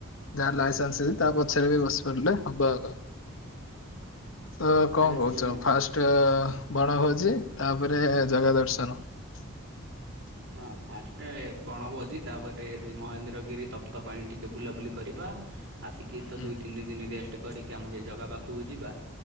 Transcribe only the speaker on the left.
ଯାହା ଲାଇସେନ୍ସଛି ତା ପଛରେ ବି ବସି ପାରିଲେ ହବ ଆଗା। ତ କଁ
କହୁଛ
ଫାଷ୍ଟ ବଣଭୋଜି ତାପରେ ଜଗା ଦର୍ଶନ। <inaudible>
ହୁଁ